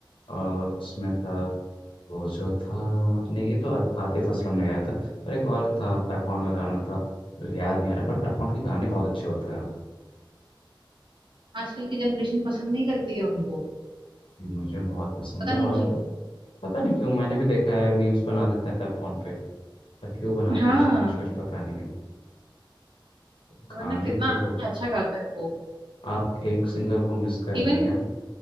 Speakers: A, on the left; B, on the right.
A: और उसमें था वो जो था नहीं ये तो आ- आतिफ असलम ने गाया था और एक और था पेपॉन का गाना था मुझे याद नहीं आ रहा पर पेपॉन के गाने बहुत अच्छे होते हैं
B: आजकल की जनरेशन पसंद नहीं करती है उनको
A: मुझे बहुत पसंद
B: पता
A: है
B: नहीं
A: और
B: क्यों
A: पता नहीं क्यों मैंने भी देखा है मीम्स बना देते हैं पैपॉन पे पर क्यों बनाते
B: हाँ
A: हैं उसका मुझे कुछ पता नहीं है गाने
B: वरना कितना
A: तो
B: अच्छा गाता है वो
A: आप एक सिंगर को मिस कर रही
B: इवन
A: हैं